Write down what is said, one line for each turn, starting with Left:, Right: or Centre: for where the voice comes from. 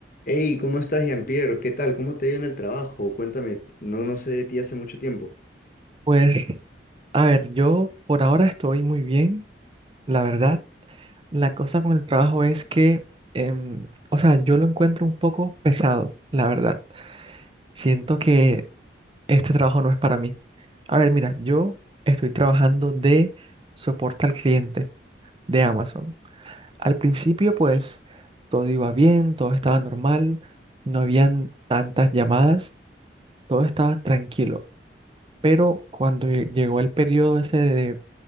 Left: Hey, ¿cómo estás, Jean-Pierre? ¿Qué tal? ¿Cómo te ha ido en el trabajo? Cuéntame, no, no sé de ti hace mucho tiempo.
Right: Pues, a ver, yo por ahora estoy muy bien, la verdad. La cosa con el trabajo es que, em, o sea, yo lo encuentro un poco pesado, la verdad. Siento que este trabajo no es para mí. A ver, mira, yo estoy trabajando de soporte al cliente de Amazon. Al principio, pues, todo iba bien, todo estaba normal, no habían tantas llamadas, todo estaba tranquilo. Pero cuando lle- llegó el periodo ese